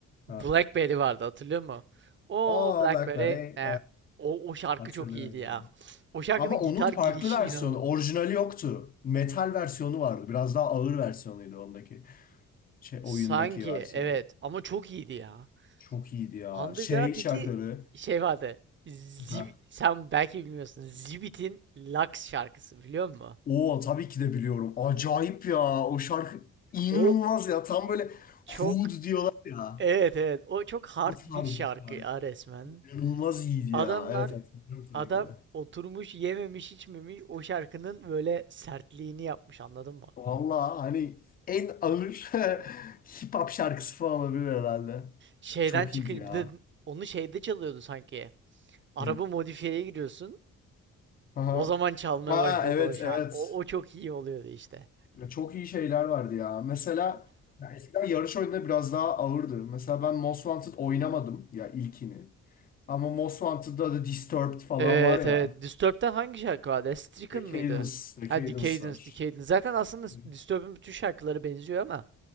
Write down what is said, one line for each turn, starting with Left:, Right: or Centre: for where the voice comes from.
Right: Blackberry
Left: Ha.
Right: vardı hatırlıyor musun? O
Left: Oh,
Right: Blackberry
Left: Blackberry.
Right: e, o, o şarkı
Left: Hatırlıyorum
Right: çok iyiydi ya.
Left: abi.
Right: O şarkının
Left: Ama onun
Right: gitar
Left: farklı
Right: girişi
Left: versiyonu,
Right: inanılmaz.
Left: orijinali yoktu. Metal versiyonu vardı. Biraz daha ağır versiyonuydu ondaki. Şey, oyundaki
Right: Sanki
Left: versiyonu.
Right: evet ama çok iyiydi ya.
Left: Çok iyiydi ya.
Right: Underground
Left: Şey şarkıları.
Right: 2 şey vardı. Zib-
Left: Ha.
Right: sen belki bilmiyorsun. Zibit'in Lux şarkısı biliyor musun?
Left: Oo tabii ki de biliyorum. Acayip ya. O şarkı inanılmaz
Right: O
Left: ya. Tam böyle
Right: çok
Left: Hood diyorlar ya.
Right: evet evet o çok hard
Left: bu tarz
Right: bir şarkı
Left: bir şarkı.
Right: ya resmen.
Left: İnanılmaz iyiydi
Right: Adamlar
Left: ya. Evet hatırlıyorum tabii
Right: adam
Left: ki de.
Right: oturmuş yememiş içmemiş o şarkının böyle sertliğini yapmış anladın mı?
Left: Valla hani en ağır <laughs> hip hop şarkısı falan olabilir herhalde.
Right: Şeyden
Left: Çok
Right: çıkınca
Left: iyiydi ya.
Right: bir de onu şeyde çalıyordu sanki. Araba
Left: Hı.
Right: modifiyeye giriyorsun.
Left: Aha.
Right: O zaman çalmaya
Left: Ha
Right: başladı
Left: evet
Right: o şarkı.
Left: evet.
Right: O, o çok iyi oluyordu işte.
Left: Ya çok iyi şeyler vardı ya. Mesela ya eskiden yarış oyunları biraz daha ağırdı. Mesela ben Most Wanted oynamadım ya ilkini. Ama Most Wanted'da da Disturbed falan
Right: Evet
Left: var ya.
Right: evet. Disturbed'den hangi şarkı vardı? Stricken
Left: Decadence,
Right: mıydı?
Left: Decadence
Right: Ha Decadence,
Left: var.
Right: Decadence. Zaten aslında
Left: Hı.
Right: Disturbed'in bütün şarkıları benziyor ama